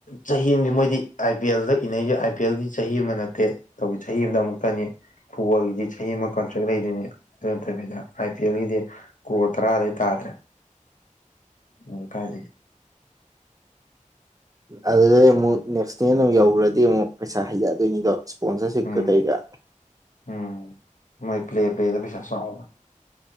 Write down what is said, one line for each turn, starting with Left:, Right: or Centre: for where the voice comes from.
Left: ꯆꯍꯤ ꯑꯃ ꯃꯣꯏꯗꯤ ꯑꯥꯏ ꯄꯤ ꯑꯦꯜꯗ ꯏꯅꯩꯁꯦ ꯑꯥꯏ ꯄꯤ ꯑꯦꯜꯒꯤ ꯆꯍꯤ ꯑꯃ ꯅꯠꯇꯦ <unintelligible> ꯀꯅꯤ ꯐꯨꯠꯕꯣꯜꯒꯤꯗꯤ ꯆꯍꯤ ꯑꯃ ꯀꯟꯇ꯭ꯔꯦꯛ ꯂꯩꯗꯣꯏꯅꯤ ꯑꯗꯨ ꯅꯠꯇꯕꯤꯗ ꯑꯥꯏ ꯄꯤ ꯑꯦꯜꯒꯤꯗꯤ ꯀꯔꯣꯔ ꯇꯔꯥꯗꯩ ꯇꯥꯗ꯭ꯔꯦ ꯎ ꯀꯥꯏ
Right: ꯑꯗꯨꯗꯩ ꯑꯃꯨꯛ ꯅꯦꯛꯁꯅꯦꯜ ꯑꯃꯨꯛ ꯌꯧꯈ꯭ꯔꯗꯤ ꯑꯃꯨꯛ ꯄꯩꯁꯥ ꯍꯩꯔꯛꯑꯗꯣꯏꯅꯤꯗꯣ ꯏꯁꯄꯣꯟꯁꯔꯁꯤꯞꯀ
Left: ꯎꯝ
Right: ꯀꯩꯀꯥ꯫
Left: ꯎꯝ ꯃꯣꯏ ꯄ꯭ꯂꯦ ꯄ꯭ꯂꯦꯗ ꯄꯩꯁꯥ ꯆꯥꯎꯕꯅꯤ